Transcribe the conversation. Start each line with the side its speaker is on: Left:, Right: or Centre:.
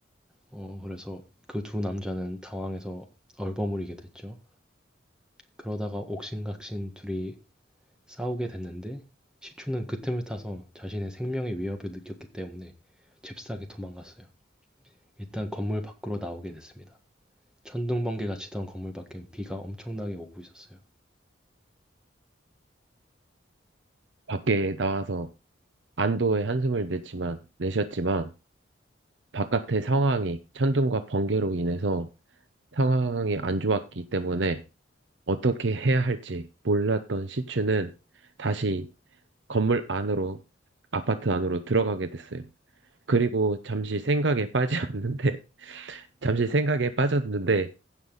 Centre: 어, 그래서 그 두 남자는 당황해서 얼버무리게 됐죠. 그러다가 옥신각신 둘이 싸우게 됐는데 시추는 그 틈을 타서 자신의 생명의 위협을 느꼈기 때문에 잽싸게 도망갔어요. 일단 건물 밖으로 나오게 됐습니다. 천둥번개가 치던 건물 밖엔 비가 엄청나게 오고 있었어요.
Right: 밖에 나와서 안도의 한숨을 냈지만, 내셨지만 바깥의 상황이 천둥과 번개로 인해서 상황이 안 좋았기 때문에 어떻게 해야 할지 몰랐던 시추는 다시 건물 안으로, 아파트 안으로 들어가게 됐어요. 그리고 잠시 생각에 빠졌는데, <laughs> 잠시 생각에 빠졌는데,